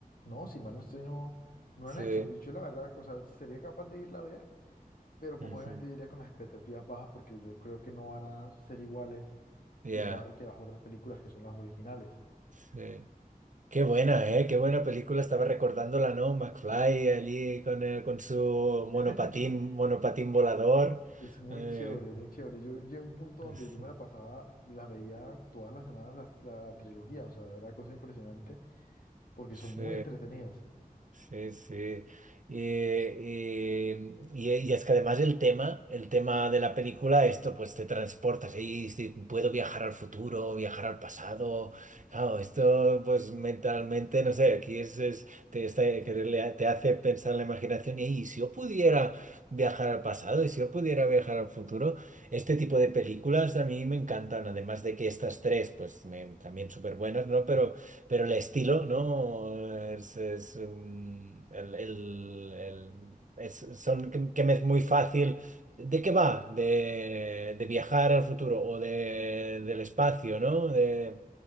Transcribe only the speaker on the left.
No, si mal no estoy, no, no
han hecho. Y yo la verdad, o sea, sería capaz de irla a ver, pero pues
obviamente yo iría con las expectativas bajas porque yo creo que no van a ser iguales
que, la, que las otras películas que son las originales.
<laughs>
Es muy
chévere, muy chévere. Yo llegué a un punto donde
yo me la pasaba, la veía todas las semanas las- la, la trilogía, o sea, era cosa impresionante porque
son muy entretenidas.